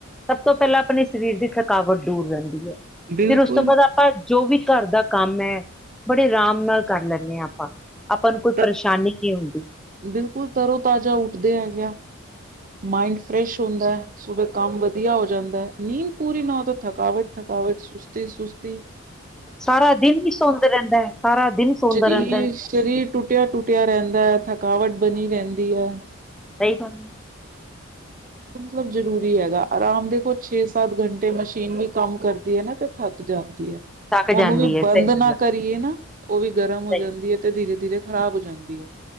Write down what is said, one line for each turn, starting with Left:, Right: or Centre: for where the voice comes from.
Centre: ਸਭ ਤੋਂ ਪਹਿਲਾਂ ਆਪੇਨ ਸ਼ਰੀਰ ਦੀ ਥਕਾਵਟ ਦੂਰ ਰੇਂਦੀ ਐ।
Right: ਬਿਲਕੁਲ
Centre: ਫਿਰ ਉਸ ਤੋ ਬਾਦ ਆਪਾਂ ਜੋ ਵੀ ਘਰ ਦਾ ਕੰਮ ਐ ਬੜੇ ਆਰਾਮ ਨਾਲ ਕਰ ਲੈਂਦੇ ਆਂ। ਆਪਾਂ, ਆਪਾਂ ਨੂੰ ਕੁ
Right: ਤ-
Centre: ਪਰੇਸ਼ਾਨੀ ਕੀ ਹੁੰਦੀ
Right: ਬਿਲਕੁਲ ਤਰੋ ਤਾਜਾ ਉੱਠਦੇ ਹੈਗੇ ਆਂ। ਮਾਇੰਡ ਫਰੈਸ਼ ਹੁੰਦੈ। ਸੁਬੇ ਕੰਮ ਵਧੀਆ ਹੋ ਜਾਂਦੈ, ਨੀਂਦ ਪੂਰੀ ਨਾ ਹੋਏ ਤੇ ਥਕਾਵਟ-ਥਕਾਵਟ, ਸੁਸਤੀ-ਸੁਸਤੀ।
Centre: ਸਾਰਾ ਦਿਨ ਹੀ ਸੌਦ ਰਹਿੰਦਾ ਹੈ ਸਾਰਾ ਦਿਨ ਸੌਂਦਾ
Right: ਸਰੀਰ
Centre: ਰਹਿੰਦਾ ਹੈ
Right: ਸਰੀਰ ਟੁੱਟਿਆ ਟੁੱਟਿਆ ਰਹਿੰਦਾ ਦਾ ਥਕਾਵਟ ਬਣੀ ਰਹਿੰਦੀ ਹੈ
Centre: ਸਹੀ ਗੱਲ
Right: ਮਤਲਬ ਜਰੂਰੀ ਹੈਗਾ ਆਰਾਮ ਦੇਖੋ ਛੇ ਸੱਤ ਘੰਟੇ ਮਸ਼ੀਨ ਵੀ ਕੰਮ ਕਰਦੀ ਹੈ ਨਾ ਤੇ ਥੱਕ ਜਾਂਦੀ
Centre: ਥੱਕ
Right: ਉਹਨੂੰ
Centre: ਜਾਂਦੀ
Right: ਵੀ
Centre: ਹੈ
Right: ਬੰਦ
Centre: ਸਹੀ ਗੱਲ
Right: ਨਾ
Centre: ਹੈ
Right: ਕਰੀਏ ਨਾ ਉਹ ਵੀ ਗਰਮ ਹੋ
Centre: ਸਹੀ
Right: ਜਾਂਦੀ ਹੈ ਤੇ ਧੀਰੇ ਧੀਰੇ ਖ਼ਰਾਬ ਹੋ ਜਾਂਦੀ ਹੈ